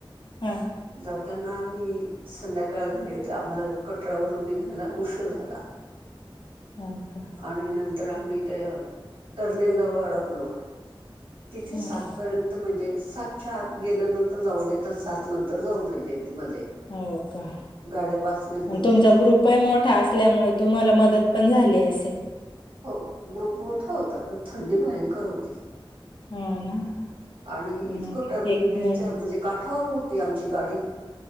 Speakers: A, on the left; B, on the right.
A: हा
B: जाताना आम्ही - संध्याकाळ झाली होती आम्हाला कटरावरून निघायला उशीर झाला.
A: हो का?
B: आणि नंतर आम्ही ते टर्नेलजवळ अडकलो. तिथे
A: बरोबर.
B: सातपर्यंत- म्हणजे सातच्या आत गेल्या नंतर जाऊ देतात. सात नंतर जाऊ नाही देत मध्ये.
A: हो का?
B: गाड्या पास नाही होऊ
A: मग
B: द्या
A: तुमचा
B: तिथे
A: ग्रुप- लई मोठा असल्यामुळे तुम्हाला मदत पण झाली असेल?
B: हो. ग्रुप मोठा होता. पण थंडी भयंकर होती.
A: ह ना.
B: आणि
A: मग
B: इतकं टर्नेलच्या
A: एक नाही
B: म्हणजे काठावर होती आमची गाडी